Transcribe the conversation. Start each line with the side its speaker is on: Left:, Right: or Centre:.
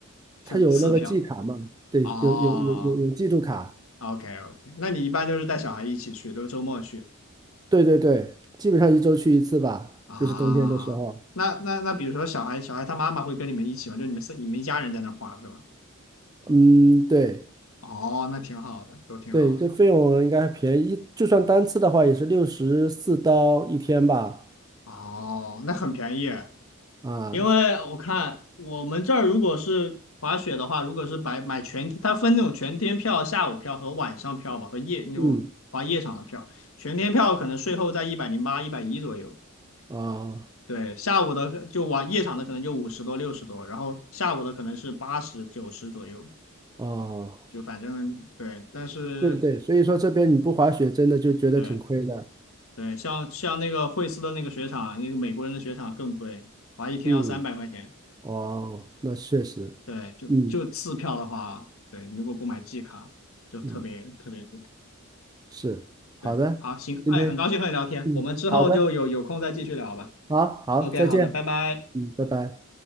Left: 是次票？
Right: 它有那个季卡嘛，对，
Left: 哦
Right: 有有有有有季度卡，
Left: ，OK OK，那你一般就是带小孩一起去，都是周末去
Right: 对对对，基本上一周去一次吧，
Left: 啊？
Right: 就是冬天的时候。
Left: 那那那比如说小孩小孩他妈妈会跟你们一起吗？就你们是你们一家人在那儿花是吧？
Right: 嗯，对
Left: 哦，那挺好的，都挺好的。
Right: 对，这费用应该还便宜，一就算单次的话也是六十四刀一天吧，
Left: 哦，那很便宜。
Right: 啊，
Left: 因为我看我们这儿如果是滑雪的话，如果是买买全天，它分那种全天票、下午票和晚上票吧，和夜那种滑夜场的票。
Right: 嗯
Left: 全天票可能税后在一百零八、一百一左右。
Right: 啊。
Left: 对，下午的就晚夜场的可能就五十多、六十多，然后下午的可能是八十、九十左右，
Right: 哦，
Left: 就反正对。但是
Right: 对对对，所以说这边你不滑雪真的就觉得挺亏的。
Left: 对对，像像那个惠斯的那个雪场，那个美国人的雪场更贵，滑一天要三百块钱。
Right: 嗯，哦，那确实，
Left: 对，就就次票的话，
Right: 嗯
Left: 对，你如果不买季卡，就特别特别贵。
Right: 嗯，是，好的，
Left: 对，好，行，
Right: 今天，
Left: 哎，很高兴和你聊天，
Right: 嗯，
Left: 我们之后就有有空再继续聊吧。
Right: 好的，好好，
Left: OK，
Right: 再见，
Left: 好的，拜拜。
Right: 嗯，拜拜。